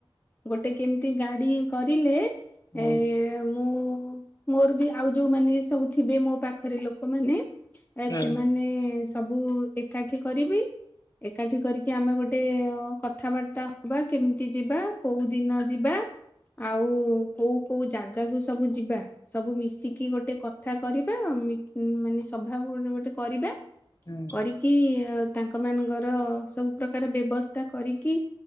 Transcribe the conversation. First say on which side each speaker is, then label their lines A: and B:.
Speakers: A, on the left; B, on the left.
A: ଗୋଟେ କେମିତି ଗାଡି କରିଲେ
B: ହଁ
A: ଏ ମୁଁ ମୋର ବି ଆଉ ଯୋଉ ମାନେ ସବୁ ଥିବେ ମୋ ପାଖରେ ଲୋକ ମାନେ
B: ହଁ
A: ସେମାନେ ସବୁ ଏକାଠି କରିବି ଏକାଠି କରି କି ଆମେ ଗୋଟେ କଥାବାର୍ତ୍ତା ହବା କେମିତି ଯିବା କୋଉ ଦିନ ଯିବା। ଆଉ କୋଉ କୋଉ ଜାଗାକୁ ସବୁ ଯିବା। ସବୁ ମିଶିକି ଗୋଟେ କଥା କରିବା ମି ମାନେ ସଭା ଗୋଟେ କରିବା
B: <unintelligible>
A: କରିକି ତାଙ୍କ ମାନଙ୍କର ସବୁ ପ୍ରକାର ବ୍ୟବସ୍ଥା କରିକି